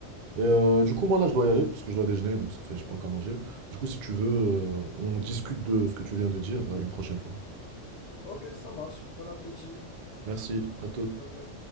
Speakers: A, on the right; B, on the left.
A: Et euh, du coup, moi là, je dois y aller parce que je dois déjeuner, donc ça fait, je pas encore mangé. Du coup, si tu veux, euh, on discute de ce que tu viens de dire euh, une prochaine fois.
B: Ok, ça marche. Bon appétit.
A: Merci, à toutes.
B: Bye bye.